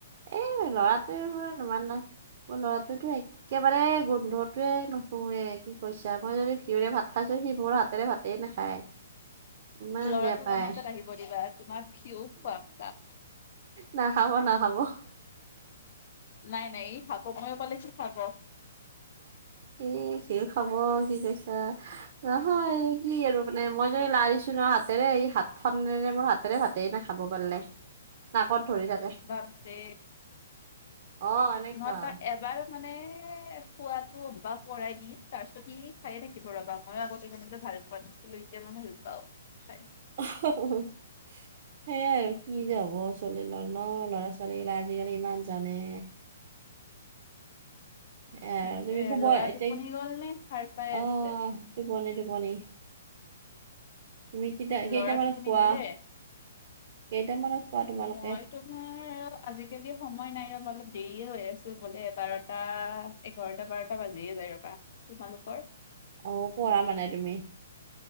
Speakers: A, on the right; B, on the left.
A: এ ল'ৰাটোৱে <unintelligible> ল'ৰাটোতো একে মানে গোন্ধটোৱে নুশুৱে কি কৈছা। মই যদি ঘিউৰে ভাত খাইছো, সি মোৰ হাতেৰে ভাতে নাখায়। ইমান
B: ল'ৰাটোক
A: বেয়া পায়
B: আমাৰ তাত আহিব দিবা। তোমাক ঘিউ খুৱাম তাক
A: নাখাব নাখাব।
B: নাই নাই ই খাব, মই কলে সি খাব।
A: সি ঘিউ খাব কি কৈছা। নহয় কি আৰু মানে মই য লাৰিছো ন হাতেৰে, এই হাত খনেৰে মোৰ হাত হাতেৰে ভাতেই নাখাব পাৰিলে। নাকত ধৰি থাকে।
B: বাপৰে।
A: অ এনেকুৱা
B: মই তাত এবাৰ মানে খোৱাতো। ভৰাই দি। তাৰ পিছত সি খাইয়ে থাকিব ৰবা। মইয়ো আগতে তেনেকে ভাল পোৱা নাছিলো। এতিয়া মই ভাল পাওঁ। হয়।
A: <unintelligible> সেইয়াই আৰু কি যে হ'ব <unintelligible> ন। লৰা ছোৱালীগিলা আজিকালি ইমান জানে। এ
B: সেইটোয়ে
A: তুমি শুবই
B: ল'ৰা
A: এতিয়া
B: টোপনি গ'ল নে সাৰ পাই
A: অহ
B: আছে
A: টোপনি টোপনি। তুমি কিটা কেইটামানত
B: ল'ৰা টোপনি
A: শুৱা
B: গ'লে
A: কেইটামানত শুৱা তোমালোকে?
B: মই তোমাৰ আৰু আজিকালি সময় নাই ৰ। অলপ দেৰিয়ে হৈ আছে শুবলে, বাৰটা এ এঘাৰটা বাৰটা বাজিয়ে যায় ৰবা। তোমালোকৰ?
A: অ, পঢ়া মানে তুমি?